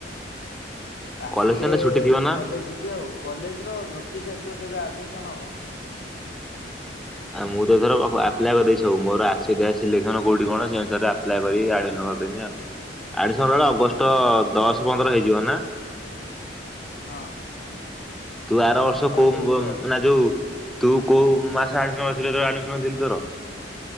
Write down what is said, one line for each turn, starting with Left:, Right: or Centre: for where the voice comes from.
Left: ଆସିଲେ
Centre: କଲେଜ ତ ଏଇନା ଛୁଟି ଥିବ ନା?
Left: କଲେଜ ଯିବି ଆଉ କଲେଜ ର ନୋଟିସ ଆସିବ କେବେ ଆଡମିସନ ହବ।
Centre: ଆଉ ମୁଁ ତ ତୋର ଆପ୍ଲାଏ କରିଦେଇଛି ସବୁ ମୋର ଆସିବ କେଜାଣି ଆ ସିଲେକ୍ସନ କୋଉଠି କଣ ସେ ଅନୁସାରେ ଆପ୍ଲାଏ କରି ଆଡମିସନ କରିଦେବି ଆଉ। ଆଡିଶନଲା
Left: ହଁ
Centre: ବେଳେ ଅଗଷ୍ଟ
Left: ଆଡମିସନ
Centre: ଦଶ ପନ୍ଦର ହେଇଯିବ ନା?
Left: ହଁ।
Centre: ତୁ ଆର ବର୍ଷ
Left: ଅଗଷ୍ଟ
Centre: କୋଉ,
Left: ହେଇଯିବ ଆଉ।
Centre: ନା ଯୋଉ ତୁ କୋଉ ମାସ ଆଡମିନ କରିଥିଲ ଆଡମିନ କରିଥିଲୁ ତୋର?